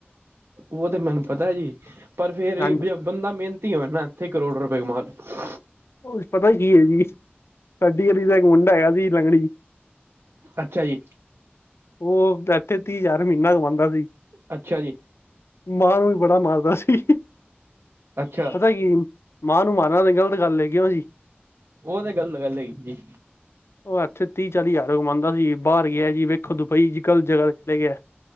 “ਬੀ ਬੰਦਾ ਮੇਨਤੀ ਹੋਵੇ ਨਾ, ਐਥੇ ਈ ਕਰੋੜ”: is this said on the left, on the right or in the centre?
Right